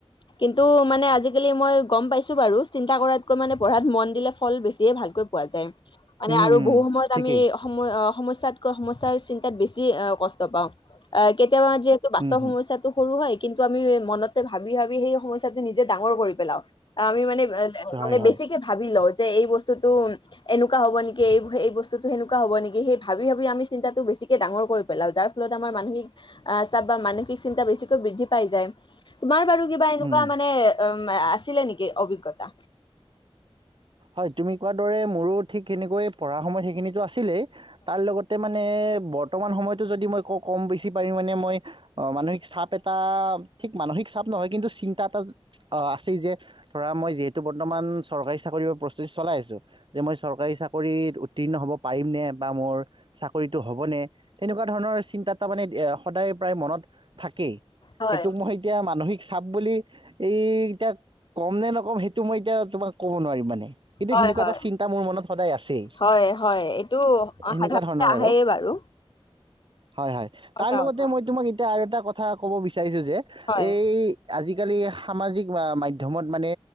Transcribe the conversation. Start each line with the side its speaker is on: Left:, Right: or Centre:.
Left: কিন্তু মানে আজিকালি মই গম পাইছোঁ বাৰু চিন্তা কৰাতকৈ মানে পঢ়াত মন দিলে ফল বেছিয়ে ভালকৈ পোৱা যায়, মানে
Right: উম
Left: আৰু
Right: উম
Left: বহু সময়ত
Right: ঠিকেই
Left: আমি সম সমস্যাতকৈ সমস্যাৰ চিন্তাত বেছি কষ্ট পাওঁ আহ কেতিয়াবা যে ত পাছৰ
Right: উম হম
Left: সমস্যাত সৰু হয় কিন্তু আমি মনতে ভাবি ভাবি সেই সমস্যাটো নিজে ডাঙৰ কৰি পেলাওঁ আমি মানে
Right: হয়
Left: মানে
Right: হয়
Left: বেছিকে ভাবি লওঁ যে এই বস্তুটো এনেকুৱা হ'বনেকি এই বস্তুতো সেনেকুৱা হব'নেকি সেই ভাবি ভাবি আমি চিন্তাটো বেছিকে ডাঙৰ কৰি পেলাওঁ যাৰ ফলত আমাৰ মানসিক আহ চাপ বা মানসিক চিন্তা বেছিকৈ বৃদ্ধি পাই যায় তোমাৰ বাৰু কিবা এনেকুৱা
Right: উম।
Left: মানে উ আছিলে নেকি অভিজ্ঞতা?
Right: হয় তুমি কোৱাৰ দৰে মোৰো ঠিক তেনেকৈ পঢ়াৰ সময়ত সেইখিনিতো আছিলেই তাৰ লগতে মানে বৰ্তমান সময়তো যদি মই কওঁ ক'ম বেছি পৰিমাণে মই অ মানসিক চাপ এটা ঠিক মানসিক চাপ নহয় কিন্তু চিন্তা এটা অ আছেই যে ধৰা মই যিহেতু বৰ্তমান চৰকাৰী চাকৰি প্ৰস্তুতি চলাই আছোঁ যে মই চৰকাৰী চাকৰিত উত্তীৰ্ণ হ'ব পাৰিম নে বা মোৰ চাকৰিটো হ'বনে তেনেকুৱা ধৰণৰ চিন্তাত তাৰমানে সদায় প্ৰায় মনত থাকেই।
Left: হয়,
Right: সেইটোক মই এতিয়া মানসিক চাপ বুলি এই এতিয়া ক'ম নে নক'ম সেইটো মই এতিয়া তোমাক ক'ব নোৱাৰিম মানে। কিন্তু
Left: হয়,
Right: সেনেকুৱা
Left: হয়।
Right: এটা চিন্তা মোৰ মনত সদায় আছেই,
Left: হয়, হয়, এইটো
Right: এনেকুৱা
Left: সাধাৰণতে
Right: ধৰণৰ
Left: আহেই
Right: আৰু।
Left: বাৰু।
Right: হয় হয়
Left: সঁচা
Right: তাৰ লগতে
Left: কথা,
Right: মই তোমাক এয়া আৰু এটা কথা ক'ব বিচাৰিছোঁ যে
Left: হয়।
Right: এই আজিকালি সামাজিক মাধ্যমত মানে